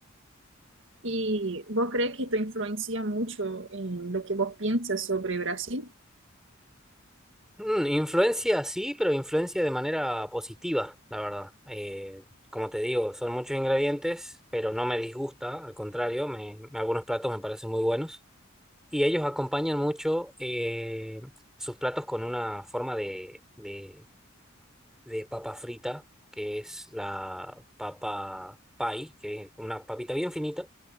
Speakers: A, on the right (about 65°); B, in the centre.
A: ¿Y vos crees que esto influencia mucho en lo que vos piensas sobre Brasil?
B: Mm, influencia sí, pero influencia de manera positiva, la verdad. Eh, como te digo, son muchos ingredientes, pero no me disgusta, al contrario, me, algunos platos me parecen muy buenos. Y ellos acompañan mucho eh, sus platos con una forma de, de, de papa frita, que es la papa pie, que es una papita bien finita,